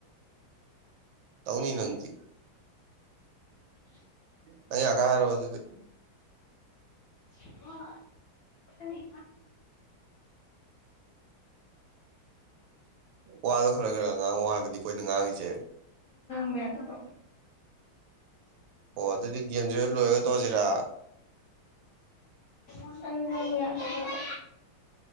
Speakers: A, on the right; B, on the left.
A: ꯇꯧꯅꯤ ꯅꯪꯗꯤ
B: <inaudible>
A: ꯅꯪ ꯌꯀꯥ ꯍꯥꯏꯔꯛꯑꯣ ꯑꯗꯨꯗꯤ
B: <unintelligible> ꯈꯅꯤ
A: ꯋꯥꯗꯣ ꯈꯔꯥ ꯈꯔꯥ ꯉꯥꯡꯉꯣ ꯍꯥꯏꯕꯅꯤꯀꯣ ꯑꯩꯅꯥ ꯉꯡꯉꯤꯁꯦ
B: ꯃꯌꯥꯗꯕ
A: ꯑꯣ ꯑꯗꯨꯗꯤ ꯒꯦꯝꯁꯤ ꯍꯦꯛ ꯂꯣꯏꯔꯒ ꯇꯣꯛꯑꯥꯁꯤꯔꯥ
B: <unintelligible> ꯃꯌꯝ ꯇꯧꯗꯣꯏꯕ